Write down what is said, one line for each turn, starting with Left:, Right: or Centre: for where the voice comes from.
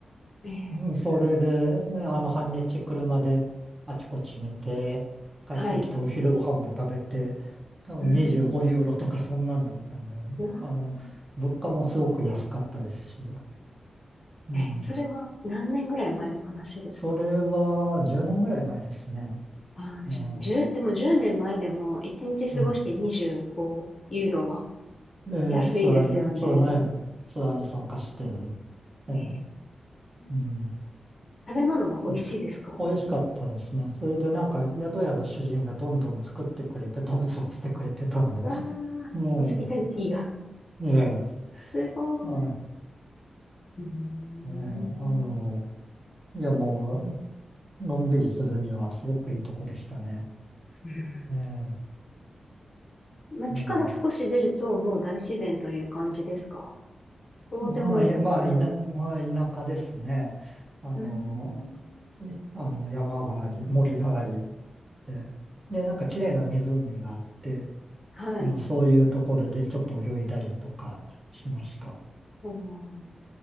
Left: ええ、
Right: うんそれで、ね、あの、半日車であちこち見て、帰ってきてお昼ご飯も食べて、
Left: はい。
Right: 多分25ユーロとかそんなんだったんだよね。
Left: うーん、うわ
Right: あの、物価もすごく安かったですし。うん
Left: ーえ、それは何年ぐらい前の話ですか
Right: それは10年ぐらい前ですね。
Left: ああ、
Right: ね、
Left: じゅじゅでも10年前でも1日過ごして25ユーロは
Right: うん。で、
Left: 安いですよね。
Right: ツアーに、ツアー、ね、ツアーに参加して、ええ
Left: ね
Right: うん。
Left: え。食べ物は美味しいですか
Right: そうです美味しかったですね。それでなんか宿屋の主人がどんどん作ってくれて食べさせてくれてたんで。
Left: わあ、
Right: ね
Left: ホスピタリティが。
Right: え、ね
Left: すごい。
Right: え、は
Left: うーん。
Right: い、ねえ、あの、いやもう、のんびりするにはすごくいいとこでしたね。
Left: うん
Right: ええ、
Left: 街から少し出るともう大自然という感じですか
Right: ええ、
Left: そうでもなく。
Right: まあ、いやまあ、いな、まあ、田舎ですね。あの、
Left: うーん。
Right: いあの、山があり、森がありで、で、なんか綺麗な湖があって、
Left: はい。
Right: あの、そういうところでちょっと泳いだりとかしました。
Left: おー